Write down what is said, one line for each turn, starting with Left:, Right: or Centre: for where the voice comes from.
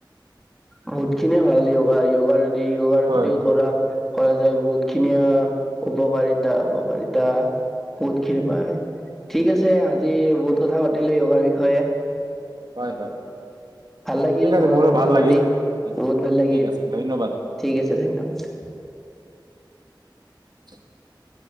Centre: বহুত খিনিয়ে ভাল য়োগা, য়োগাৰ দেই য়োগাৰ
Right: হয়
Centre: যদিও কৰা কৰা যায় বহুত খিনিয়ে উপকাৰিতা উপকাৰিতা বহুত খিনি পায়। ঠিক আছে, আজি বহুত কথা পাতিলোঁ, য়োগাৰ বিষয়ে
Right: হয়, হয়।
Centre: ভাল লাগিল
Right: ঠিক আছে
Centre: তোমাৰ
Right: মোৰো
Centre: লগত
Right: ভাল
Centre: কথা
Right: লাগিল
Centre: পাতি
Right: ঠিক
Centre: বহুত
Right: আছে
Centre: ভাল লাগিল।
Right: ঠিক আছে ধন্যবাদ
Centre: ঠিক আছে, ধন্যবাদ।
Right: <unintelligible>